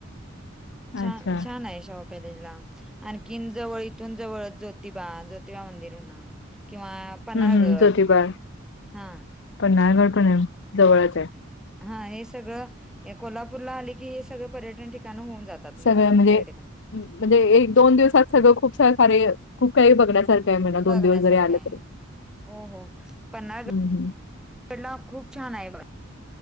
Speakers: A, in the centre; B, on the left.
A: छान
B: अच्छा.
A: छान आहे शाहु पॅलेसला. आणखी जवळ इथून जवळ जोतिबा ज्योतिबा मंदिर म्हणा. किंवा पन्हाळगड
B: हम्म हम्म जोतिबा,
A: हां,
B: पन्हाळा गड पण आहे. जवळच आहे.
A: हा हे सगळं या कोल्हापूरला आले की, हे सगळं पर्यटन ठिकाण होऊन जात. पर्यटकांनी
B: सगळ्या म्हणजे म्हणजे एक दोन दिवसात सगळं खूप छान कार्य खूप काही बघण्यासारखं आहे म्हणा
A: बघण्यासारखे
B: दोन दिवस जरी आल
A: आहे.
B: तरी.
A: हो हो पन्हाळ
B: <inaudible>
A: पन्हाळा खूप छान आहे बघा.